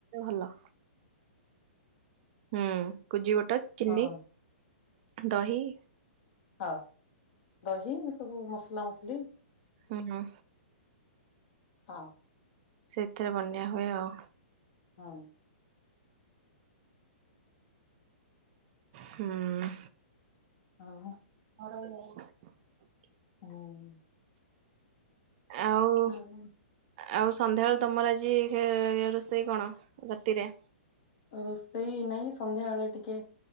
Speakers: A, on the right; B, on the left.
A: ଭଲ। ହୁଁ କୁଜିିବଟା ଚିନି
B: ହଁ
A: ଦହି।
B: ହଁ ଦହି ଏ ସବୁ ମସଲା ମସଲି
A: ହୁଁ।
B: ହଁ।
A: ସେଥିରେ ବନ୍ୟା ହୁଏ ଆଉ।
B: ହଁ।
A: ହୁଁ।
B: ହଉ।
A: <unintelligible>
B: ହୁଁ।
A: ଆଉ
B: ହଁ।
A: ଆଉ ସନ୍ଧ୍ୟାବେଳୁ ତମର ଆଜି ହେ ରୋଷେଇ କଣ ରାତିରେ?
B: ରୋଷେଇ ନାହିଁ ସନ୍ଧ୍ୟା ବେଳେ ଟିକେ